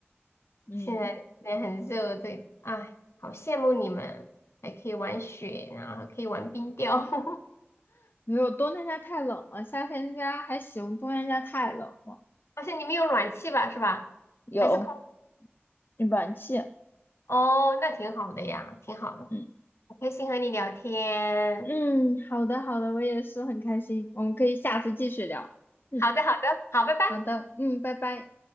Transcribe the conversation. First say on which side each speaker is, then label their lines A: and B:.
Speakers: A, on the left; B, on the left.
A: 嗯，
B: 现在也很热，这，哎，好羡慕你们，还可以玩雪，然后还可以玩冰钓，<laughs> 好
A: 没有，冬天家太冷了，夏天家还行，冬天家太冷了。
B: 像你们有暖气吧，是吧？
A: 有
B: 还是空？
A: 暖气，
B: 哦，那挺好的呀，挺好的，
A: 嗯
B: 很开心和你聊天。
A: 嗯，好的好的，我也是很开心，我们可以下次继续聊。嗯，
B: 好的，好的，好，拜拜。
A: 好的，嗯，拜拜。